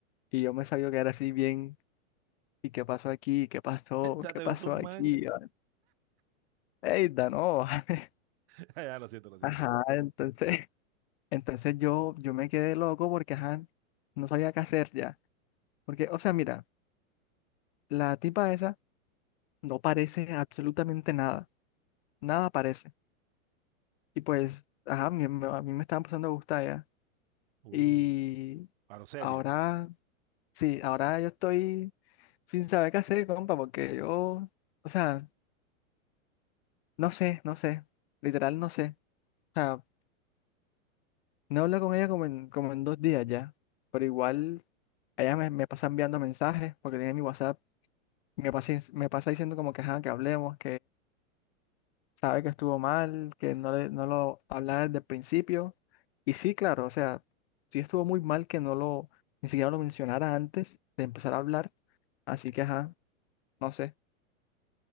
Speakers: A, on the left (about 45°); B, on the right (about 45°).
A: Y yo me sabía que era así bien, ¿y qué pasó aquí? ¿Qué pasó?
B: Date
A: ¿Qué pasó
B: beso un
A: aquí?
B: man.
A: Y yo, Ey, no. <laughs>
B: <laughs> Ya, lo siento, lo siento
A: Ajá,
B: ya.
A: entonces, entonces yo, yo me quedé loco porque, ajá, no sabía qué hacer ya. Porque, o sea, mira, la tipa esa no parece absolutamente nada, nada parece. Y pues, ajá, me- me- a mí me estaba empezando a gustar ya.
B: Uh,
A: Y
B: a lo serio.
A: ahora, sí, ahora yo estoy sin saber qué hacer, compa, porque yo, o sea, no sé, no sé, literal no sé. O sea, no hablo con ella como en, como en dos días ya, pero igual ella me, me pasa enviando mensajes, porque tiene mi WhatsApp, me pasa, me pasa diciendo como que, ajá, que hablemos, sabe que estuvo mal, que no, le- no lo hablaba desde el principio. Y sí, claro, o sea, sí estuvo muy mal que no lo, ni siquiera lo mencionara antes de empezar a hablar. Así que, ajá, no sé,